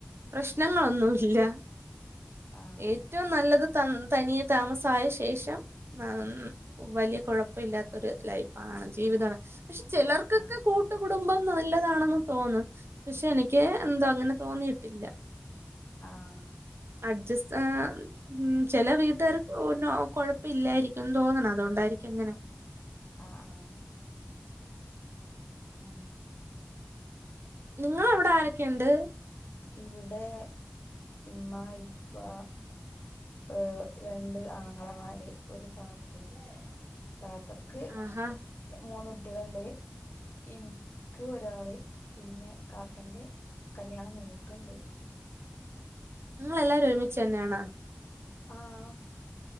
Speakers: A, on the right; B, on the left.
A: പ്രശ്നങ്ങളൊന്നുല്ല
B: ആഹ്
A: ഏറ്റവും നല്ലത് തന്ന് തനിയെ താമസായ ശേഷം <unintelligible> വലിയ കുഴപ്പില്ലാത്ത ഒരു ലൈഫാണ് ജീവി വിതാണ് പക്ഷെ ചിലർക്കൊക്കെ
B: ആഹ്
A: കൂട്ടു കുടുംബം നല്ലതാണെന്ന് തോന്നൺ പക്ഷെ എനിക്ക് എന്താ അങ്ങനെ തോന്നിയിട്ടില്ല.
B: ആഹ്
A: അഡ്ജസാ മ് ചെല വീട്ടുകാർ <unintelligible> കൊഴപ്പില്ലാരിക്കും ന്ന് തോന്നണ് അതുകൊണ്ടായിരിക്കും അങ്ങനെ
B: ആഹ് ആഹ് ആ
A: ഞിങ്ങളവ്ട ആരൊക്കെണ്ട്
B: ഇവിടെ ഇമ്മ ഇപ്പ ഏഹ് രണ്ട് ആങ്ങളമാര് ഒരു താത്തെം താത്തക്ക്
A: ആഹാ
B: എ മൂന്ന് കുട്ടികളെണ്ട് എനിക്ക് ഒരാള് പിന്നെ കാക്കന്റെ കല്യാണം നോക്ക്ണ്ട്
A: ഇങ്ങളെല്ലാരും ഒരുമിച്ചന്നെണാ
B: ആഹ്